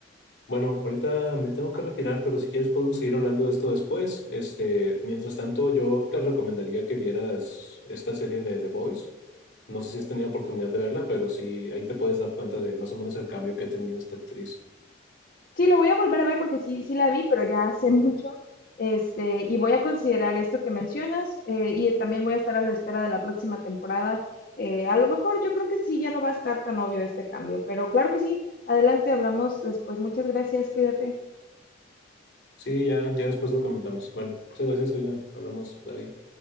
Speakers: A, on the left; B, on the left.
A: bueno, ahorita me tengo que retirar, pero si quieres podemos seguir hablando de esto después. Este, mientras tanto, yo te recomendaría que vieras esta serie de The Voice. No sé si has tenido oportunidad de verla, pero sí, ahí te puedes dar cuenta de más o menos el cambio que ha tenido esta actriz.
B: Sí, lo voy a volver a ver porque sí, sí la vi, pero ya hace mucho. Este, y voy a considerar esto que mencionas eh, y también voy a estar a la espera de la próxima temporada. Eh, a lo mejor yo creo que sí, ya no va a estar tan obvio este cambio, pero claro que sí. Adelante, hablamos después. Muchas gracias, cuídate.
A: Sí, ya, ya después lo comentamos. Bueno, muchas gracias, Karina. Hablamos. Bye.